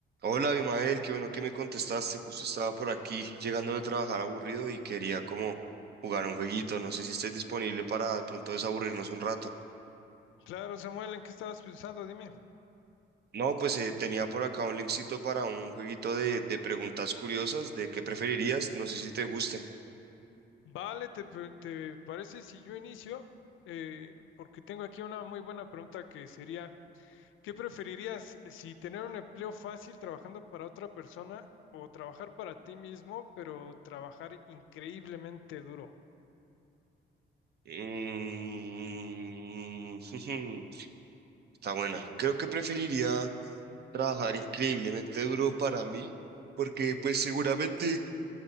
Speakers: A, on the right; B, on the left.
A: Hola, Abimael, qué bueno que me contestaste. Justo estaba por aquí llegando de trabajar aburrido y quería como jugar un jueguito. No sé si estés disponible para de pronto desaburrirnos un rato.
B: Claro, Samuel, ¿en qué estabas pensando? Dime.
A: No, pues eh, tenía por acá un linkcito para un jueguito de, de preguntas curiosas de qué preferirías. No sé si te guste.
B: Vale, ¿te, pe- te parece si yo inicio? Eh, porque tengo aquí una muy buena pregunta que sería, ¿qué preferirías si tener un empleo fácil trabajando para otra persona o trabajar para ti mismo, pero trabajar increíblemente duro?
A: Mm, <laughs> Está buena. Creo que preferiría trabajar increíblemente duro para mí porque pues seguramente...